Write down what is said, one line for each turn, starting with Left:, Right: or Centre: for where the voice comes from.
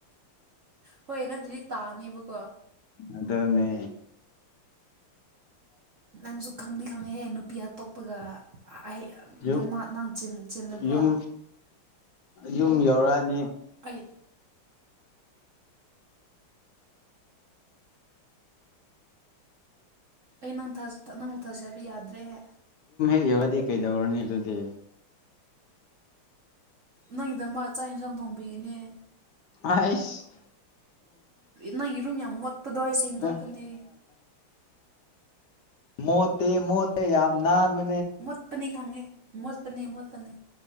Right: ꯍꯣꯏ ꯅ ꯅꯠꯇꯔꯥꯗꯤ ꯇꯥꯅꯤꯕꯀꯣ
Left: ꯑꯗꯨꯅꯦ
Right: ꯅꯪꯁꯨ ꯈꯪꯗꯤ ꯈꯪꯉꯦꯍꯦ ꯅꯨꯄꯤ ꯑꯇꯣꯞꯄꯒ ꯑꯩ
Left: ꯌꯨꯝ
Right: ꯅꯣꯡꯃ ꯅ ꯆꯤꯂꯦꯕꯣ
Left: ꯌꯨꯝ ꯌꯨꯝ ꯌꯧꯔꯛꯑꯅꯤ
Right: ꯑꯩ ꯑꯩ ꯅꯪ ꯅꯪꯕꯨ ꯊꯥꯖꯕ ꯌꯥꯗ꯭ꯔꯦꯍꯦ
Left: ꯌꯧꯔꯛꯂꯗꯤ ꯀꯩꯗꯧꯔꯅꯤ ꯑꯗꯨꯗꯤ
Right: ꯅꯪꯒꯤ ꯗꯃꯛ ꯆꯥꯛ ꯌꯦꯟꯁꯥꯡ ꯊꯣꯡꯕꯤꯒꯅꯦ
Left: ꯑꯁ
Right: ꯅ ꯏꯔꯝ ꯌꯥꯝ ꯃꯠꯇꯗꯣꯁꯗꯣ
Left: ꯑꯦ
Right: ꯀꯅꯦ
Left: ꯃꯣꯇ ꯃꯣꯇ ꯌꯥꯝꯅꯥ ꯃ
Right: ꯃꯣꯠꯐꯅꯤ ꯈꯪꯉꯤ ꯃꯣꯠꯇꯅꯤ ꯃꯣꯠꯇꯅꯤ